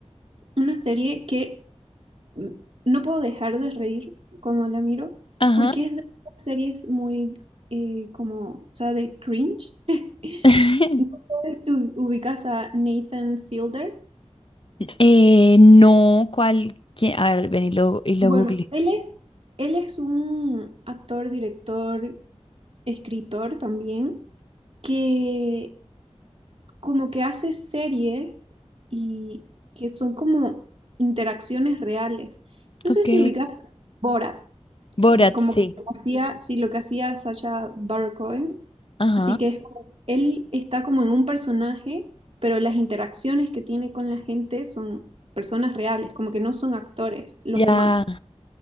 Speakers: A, on the right; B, on the left.
A: una serie que m- no puedo dejar de reír cuando la miro,
B: Ajá.
A: porque es de las series muy eh, como, o sea, de cringe. <laughs>
B: <laughs>
A: No sé si u- ubicas a Nathan Fielder.
B: Eh, no, ¿cuál? ¿Quién? A ver, ven y lo, y lo
A: Bueno,
B: googleé.
A: él es, él es un actor, director, escritor también, que como que hace series y que son como interacciones reales. No
B: Ok.
A: sé si ubicas Borat. Y
B: Borat,
A: como
B: sí.
A: que lo que hacía, sí, lo que hacía Sacha Baron Cohen.
B: Ajá.
A: Así que es como, él está como en un personaje, pero las interacciones que tiene con la gente son personas reales, como que no son actores, los
B: Ya.
A: demás.